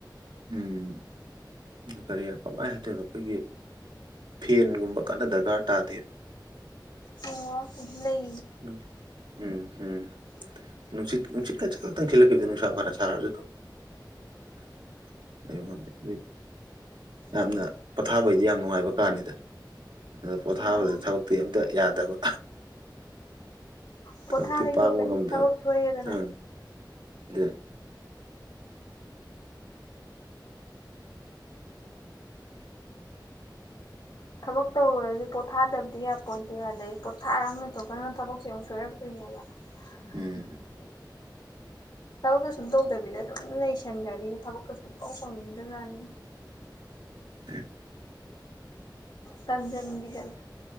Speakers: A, on the right; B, on the left.
A: ꯎꯝ ꯀꯔꯤ ꯀꯃꯥꯏ ꯑꯗꯨ ꯑꯩꯈꯣꯏꯒꯤ ꯐꯦꯟꯒꯨꯝꯕ ꯀꯟꯅ ꯗꯔꯀꯥꯔ ꯇꯥꯗꯦꯕ
B: ꯑꯣꯉ ꯑꯗꯨꯝ ꯂꯩ
A: ꯎ ꯎꯝ ꯎꯝ ꯅꯨꯡꯁꯤꯠ ꯅꯨꯡꯁꯤꯠ ꯀ ꯆꯇꯪ ꯊꯤꯜꯂꯛ ꯗ ꯅꯨꯡꯁꯥ ꯐꯥꯔ ꯁꯥꯔꯁꯨ ꯑꯗꯨ ꯂꯩꯕ ꯉꯝꯃꯦ ꯑꯗꯨ ꯌꯥꯝꯅ ꯄꯊꯥꯕꯩꯗꯤ ꯌꯥꯝ ꯅꯨꯡꯉꯥꯏꯕ ꯀꯥꯅꯤꯗ ꯑꯗ ꯄꯣꯊꯥꯕꯗ
B: ꯑꯣ
A: ꯊꯕꯛꯇꯤ ꯑꯝꯇ ꯌꯥꯗꯕ
B: ꯄꯣꯊꯥ
A: ꯊꯕꯛꯇꯤ
B: ꯂꯩꯊꯣꯛꯀꯗꯤ
A: ꯄꯥꯡꯕ ꯉꯝꯗꯕ
B: ꯊꯕꯛ ꯁꯣꯏꯑꯦꯗꯅ
A: ꯎꯝ <inaudible>
B: ꯊꯕꯛ ꯇꯧ ꯑꯣꯏꯔꯁꯨ ꯄꯣꯊꯥꯗꯕꯗꯤ ꯌꯥ ꯄꯣꯠꯇꯦ ꯑꯗꯩ ꯄꯣꯠꯊꯥꯔ ꯂꯣꯏꯊꯣꯛ ꯀꯅ ꯊꯕꯛꯁꯦ ꯑꯃꯨꯛꯣꯏꯔꯛꯇꯣꯏꯅꯦꯕ ꯍ ꯍ
A: ꯎꯝ
B: ꯍ ꯊꯕꯛꯀ ꯁꯨꯝ ꯇꯧꯗꯕꯤꯗ ꯑꯁꯨꯝ ꯂꯩꯁꯟꯒ꯭ꯔꯗꯤꯅ ꯊꯕꯛꯀ ꯁꯨꯨꯡꯇꯧ ꯇꯧꯅꯤꯡꯗꯥ ꯖꯥꯠꯅꯤ
A: ꯊꯦ
B: ꯇꯟꯖꯟꯒꯤꯗꯅ